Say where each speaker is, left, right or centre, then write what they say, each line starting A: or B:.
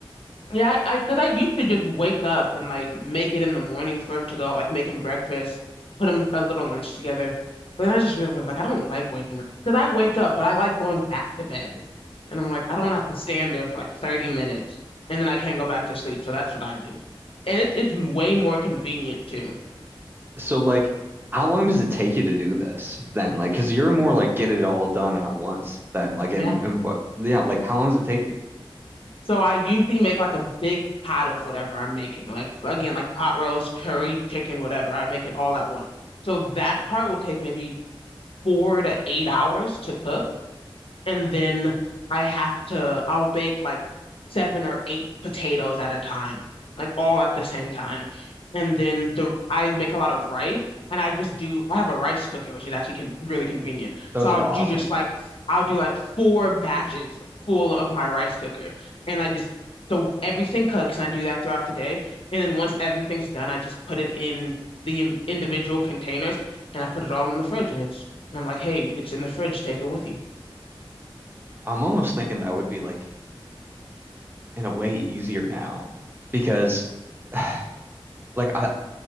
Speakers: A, on the left; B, on the right.
A: Yeah, I, I, cause I used to just wake up and like make it in the morning for him to go, like make him breakfast, put him a little lunch together. But then I just realized like I don't like waking up. Cause I wake up, but I like going back to bed. And I'm like, I don't want to have to stand there for like 30 minutes and then I can't go back to sleep. So that's what I do. And it, it's way more convenient too.
B: so like, how long does it take you to do this then? Like, because you're more like get it all done at once then. Like, and,
A: Yeah.
B: and what, yeah, like, how long does it take you?
A: So I usually make like a big pot of whatever I'm making. Like again, like pot roast, curry, chicken, whatever. I make it all at once. So that part will take maybe four to eight hours to cook and then I have to I'll bake like seven or eight potatoes at a time, like all at the same time. And then the I make a lot of rice and I just do I have a rice cooker, which is actually con really convenient.
B: Those
A: So I'll
B: are
A: do
B: awesome.
A: just like I'll do like four batches full of my rice cooker. And I just so everything cooks and I do that throughout the day. And then once everything's done, I just put it in the in- individual containers and I put it all in the fridge and it's and I'm like, hey, it's in the fridge, take it with you.
B: I'm almost thinking that would be like in a way easier now because <sighs> like I